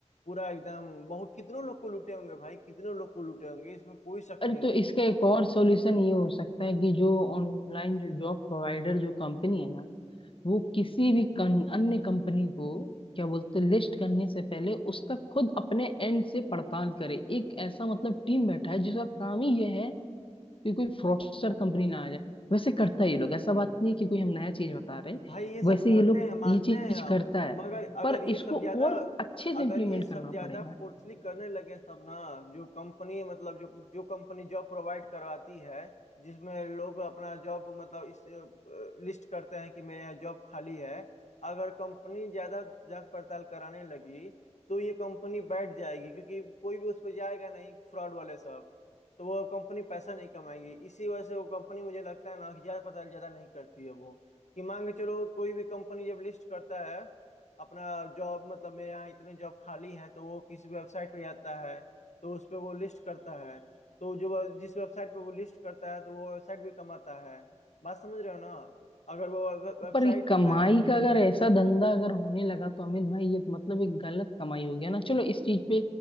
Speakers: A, on the left; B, on the left.
A: पूरा एकदम बहुत कितनों लोग को लूटे होंगे भाई कितनों लोग को लूटे होंगे इसमें कोई शक
B: अरे
A: नहीं
B: तो इसका एक और सॉल्यूशन ये हो सकता है कि जो ऑनलाइन जो जॉब प्रोवाइडर जो कंपनी है ना वो किसी भी कं- अन्य कंपनी को क्या बोलते हैं, लिस्ट करने से पहले उसका खुद अपने एंड से पड़ताल करे एक ऐसा मतलब टीम बैठा है जिसका काम ही यह है कि कोई फ्रॉडस्टर कंपनी ना आ जाए वैसे करता है ये लोग ऐसा बात नहीं है कि कोई हम नया चीज बता रहे हैं।
A: भाई ये सब
B: वैसे
A: करते
B: ये लोग
A: हैं मानते
B: ये चीज
A: हैं हम
B: करता है
A: मगर अगर
B: पर
A: ये
B: इसको
A: सब ज्यादा
B: और अच्छे से
A: अगर
B: इम्प्लीमेंट
A: ये सब
B: करना
A: ज्यादा
B: पड़ेगा
A: फोर्सली करने लगे तब ना जो कंपनी मतलब जो जो कंपनी जॉब प्रोवाइड करवाती है जिसमें लोग अपना जॉब मतलब इस लिस्ट करते हैं कि मेरे यहाँ जॉब खाली है अगर कंपनी ज्यादा जांच पड़ताल कराने लगी तो ये कंपनी बैठ जाएगी क्योंकि कोई भी उस पर जाएगा नहीं फ्रॉड वाले सब तो वो कंपनी पैसा नहीं कमाएगी इसी वजह से वो कंपनी मुझे लगता है ना कि जांच पड़ताल ज्यादा नहीं करती है वो कि मान के चलो कोई भी कंपनी जब लिस्ट करता है अपना जॉब मतलब मेरे यहाँ इतने जॉब खाली हैं तो वो किसी वेबसाइट पे जाता है तो उस पे वो लिस्ट करता है तो जो वो- जिस वेबसाइट पे वो लिस्ट करता है तो वो वेबसाइट भी कमाता है बात समझ रहे हो ना अगर वो वेबसाइट
B: पर ये कमाई
A: जो है
B: का अगर ऐसा धंधा अगर होने लगा तो अमित भाई ये मतलब एक गलत कमाई हो गया ना चलो इस चीज पे